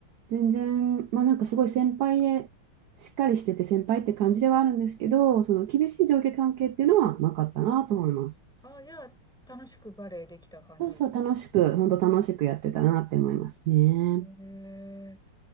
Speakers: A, on the right; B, in the centre.
A: 全然、まあなんかすごい先輩で、しっかりしてて先輩って感じではあるんですけど、その厳しい上下関係っていうのはなかったなと思います。
B: ああ、じゃあ、楽しくバレエできた感じ。
A: そうそう、楽しく、本当楽しくやってたなって思いますね。
B: えー